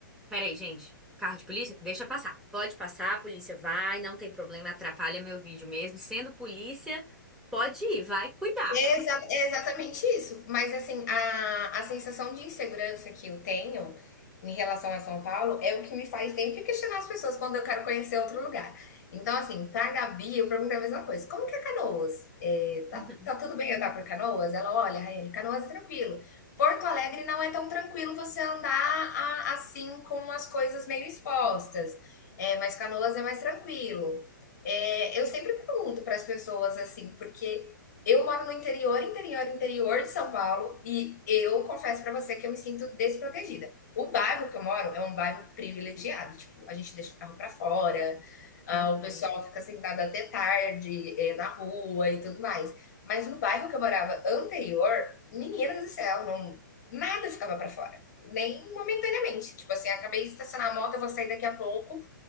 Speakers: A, in the centre; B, on the left (about 55°).
A: Peraí, gente. Carro de polícia? Deixa passar. Pode passar, a polícia vai, não tem problema, atrapalha meu vídeo mesmo. Sendo polícia, pode ir, vai cuidar.
B: É Exa é exatamente isso. Mas assim, a a sensação de insegurança que eu tenho em relação a São Paulo é o que me faz sempre questionar as pessoas quando eu quero conhecer outro lugar. Então, assim, pra Gabi, eu pergunto a mesma coisa: "Como que é Canoas? Eh,
A: <laughs>
B: tá tá tudo bem andar por Canoas?" Ela: "Olha, Raiane, Canoas é tranquilo. Porto Alegre não é tão tranquilo você andar a assim com as coisas meio expostas, é mas Canoas é mais tranquilo". Eh, eu sempre pergunto para as pessoas assim, porque eu moro no interior, interior, interior de São Paulo e eu confesso para você que eu me sinto desprotegida. O bairro que eu moro é um bairro privilegiado, tipo, a gente deixa o carro para fora, ah,
A: Uhum.
B: o pessoal fica sentado até tarde, eh, na rua e tudo mais. Mas no bairro que eu morava anterior, meninas do céu, não, nada ficava para fora, nem momentaneamente. Tipo assim, acabei de estacionar a moto, eu vou sair daqui a pouco,